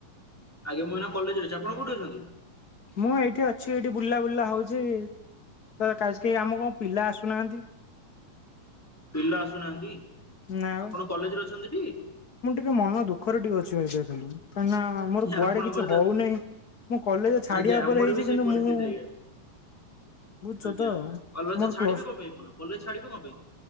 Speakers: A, in the centre; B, on the left (about 80°).
A: ଆଜ୍ଞା ମୁଁ ଏଇନା କଲେଜରେ ଅଛି ଆପଣ କୋଉଠି ଅଛନ୍ତି।
B: ମୁଁ ଏଇଠି ଅଛି ଏଇଠି ବୁଲା ବୁଲା ହଉଛି। କେହି ଆମ କଣ ପିଲା ଆସୁନାହାନ୍ତି।
A: ପିଲା ଆସୁନାହାନ୍ତି
B: ନା ବା
A: ଆପଣ କଲେଜରେ ଅଛନ୍ତି ଟି?
B: ମୁଁ ଟିକେ ମନ ଦୁଃଖରେ ଟିକେ ଅଛି ମୁ ଏବେ ଖାଲି କାହିଁକି ନା ହ ମୋର କୁଆଡେ
A: ଆପଣଙ୍କର
B: କିଛି
A: ତ
B: ହଉନହିଁ ମୁଁ କଲେଜ ଛାଡିବା
A: ଆଜ୍ଞା ଆମର
B: ପରେ ହେଇଛି
A: ବି ସେଇ
B: କିନ୍ତୁ
A: ପରିସ୍ଥିତି
B: ମୁଁ
A: ଆଜ୍ଞା।
B: ବୁଝୁଛ
A: ଆଜ୍ଞା
B: ତ
A: କଲଜ
B: ମୋର
A: ଛାଡିବେ
B: ପ୍ଲସ୍
A: କଣ ପାଇଁ ଆପଣ କଲଜ ଛାଡିବେ କଣ ପାଇଁ?